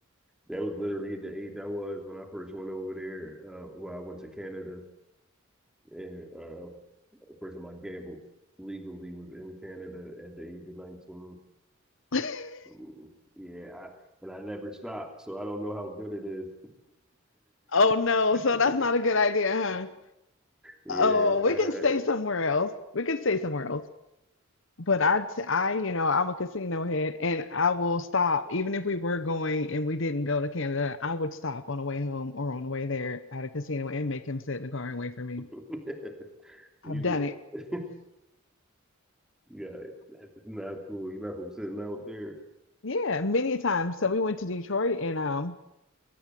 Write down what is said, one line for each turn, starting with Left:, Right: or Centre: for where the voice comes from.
Centre: was literally the age I was when I first went over there. Uh, well, I went to Canada and uh, The first time I gambled legally was in Canada at the age of 19.
Left: <laughs>
Centre: Mm, Yeah, I, and I never stopped, so I don't know how good it is.
Left: Oh no, so
Centre: <laughs>
Left: that's not a good idea, huh?
Centre: Yeah,
Left: Oh, we
Centre: right.
Left: can stay somewhere else. We can stay somewhere else. But I, t- I, you know, I'm a casino head, and I will stop even if we were going and we didn't go to Canada. I would stop on the way home or on the way there at a casino and make him sit in the car and wait for me.
Centre: <laughs> You,
Left: I've done it,
Centre: <laughs> yeah, that's not cool. You're not from sitting out there.
Left: yeah, many times. So we went to Detroit, and um,